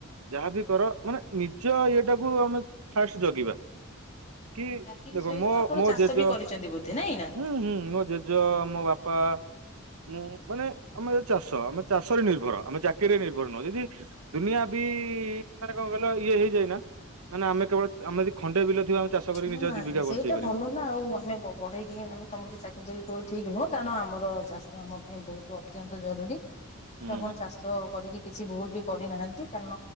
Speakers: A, on the right (about 85°); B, on the left (about 30°).
A: ଯାହା ବି କର ମାନେ ନିଜ ଇଏଟାକୁ ଆମେ ଫାଷ୍ଟ୍ ଜଗିବା। କି
B: ଚାକିରି
A: ଦେଖ
B: ସହିତ
A: ମୋ
B: ଆପଣ
A: ମୋ
B: ଚାଷ
A: ଜେଜ
B: ବି କରିଛନ୍ତି ବୋଧେ ନାଇଁ ନା?
A: ହୁଁ ହୁଁ ମୋ ଜେ ଜ ମୋ ବାପା ମୁଁ ମାନେ ଆମେ ଚାଷ ଆମେ ଚାଷରେ ନିର୍ଭର ଆମେ ଚା କିରି ନିର୍ଭର ନୁହଁ ଯେଦି ଦୁନିଆ ବି ମାନେ କଣ କହିଲ ଇଏ ହେଇଯାଇ ନାଁ ମାନେ ଆମେ କେବଳ ଆମେ ଏଦି ଖଣ୍ଡେ ବିଲ ଥିବ ଆମେ ଚାଷ କରିକି
B: ନାଁ
A: ନିଜ
B: ନାଁ
A: ଜୀବିକା
B: ସେଇଟା
A: ବଞ୍ଚେଇ ପାରିବୁ।
B: ଭଲ ନାଁ ଆଉ ଆମେ ପ ବଢ଼େଇକି ଆମେ ସମତେ ଚାକିରି ଚାକିରି କ ଠିକ୍ ନୁହଁ, କାରଣ ଆମର ଚାଷ ଆମ ପାଇଁ ବୋହୁତ ଅତ୍ୟନ୍ତ ଜରୁରୀ।
A: ହୁଁ
B: ତ ଆପଣ ଚାଷ କରିକି କିଛି ଭୁଲ୍ ବି କରିନାହାନ୍ତି କାରଣ